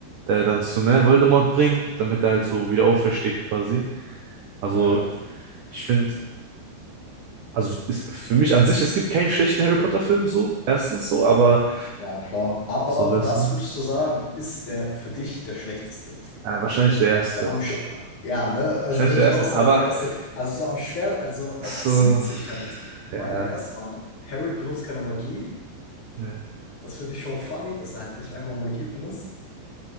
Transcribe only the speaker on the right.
der dann zu, ne, Voldemort bringt, damit er halt so wieder aufersteht quasi. Also
ich finde, also es- für mich an sich, es gibt keinen schlechten Harry Potter-Film so, erstens so, aber
so, weißt
du,
ja, wahrscheinlich der erste.
Wahrscheinlich
der
erste,
aber
so,
ja,
ne.